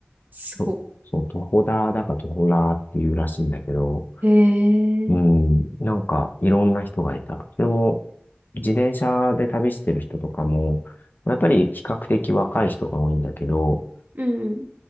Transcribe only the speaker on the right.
すご。
へえ。
うん